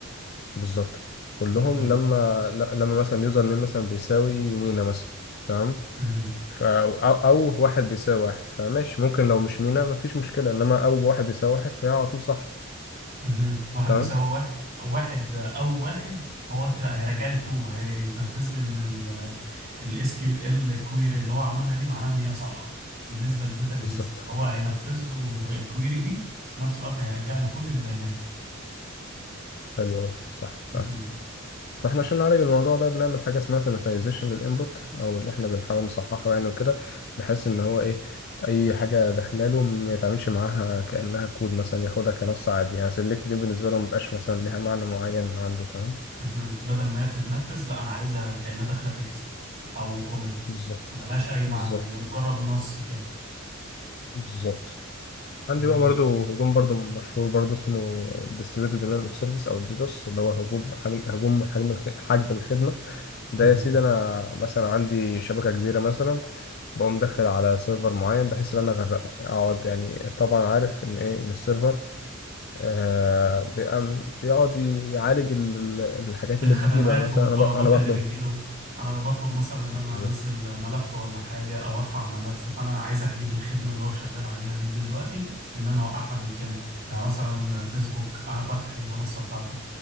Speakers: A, on the left (about 50°); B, on the right (about 45°).
A: بالظبط كلهم
B: مهم.
A: لما ل- لما مثلا يوزر نيم مثلا بيساوي مينا مثلا تمام
B: مهم.
A: ف أو, أو واحد بيساوي واحد فماشي ممكن لو مش مينا مفيش مشكلة إنما أو واحد بيساوي واحد فهي على طول صح
B: مهم. واحد
A: تمام
B: بيساوي واحد واحد او واحد فهو ده هيرجع لي ترو هيتنفذ لي ان الاس كيو ال كويري اللي هو عملها دي معناه ان هي صح بالنسبه للداتابيز
A: بالظبط
B: فهو هينفذ له الكويري دي وفي نفس الوقت هيرجع له كل البيانات
A: حلو أوي. صح
B: مهم.
A: فعلا فاحنا عشان نعالج الموضوع ده بنعمل حاجة اسمها sanitization للإنبوت أو اللي احنا بنحاول نصححه يعني وكده بحيث إن هو إيه أي حاجة داخلاله ما يتعاملش معاها كأنها كود مثلا ياخدها كنص عادي يعني select دي بالنسبة له مبقاش مثلا ليها معنى معين عنده تمام
B: مهم. بدل ما هي بتتنفذ لا انا عايزها كانها داخله تكست او كومنت
A: بالظبط
B: ملهاش اي معنى
A: بالظبط
B: هي مجرد نص كده
A: بالظبط عندي
B: جميل
A: بقى برضه
B: جدا
A: هجوم برضه مشهور برضه اسمه ديستريبيوتد دينايل اوف سيرفيس او الديدوس اللي هو هجوم حجم هجوم حجم الخ- حجب الخدمه ده
B: مهم.
A: يا سيدي انا مثلا عندي شبكه كبيره مثلا بقوم داخل على سيرفر معين بحيث ان انا اغرقه اقعد يعني طبعا عارف ان ايه ان السيرفر آه بيقام- بيقعد يعالج ال- ال- الحاجات
B: الخدمات
A: اللي بتجيله يعني مثلا
B: والطلبات
A: انا ب- انا بطلب
B: اللي بتجيله انا بطلب مثلا ان انا
A: بالظبط
B: انزل ملف ولا حاجه او ارفع ملف فانا عايز احجب الخدمه اللي هو شغال عليها دي, دي دلوقتي ان انا اوقعها بالكامل يعني مثلا فيسبوك انا فاتح المنصه بتاعته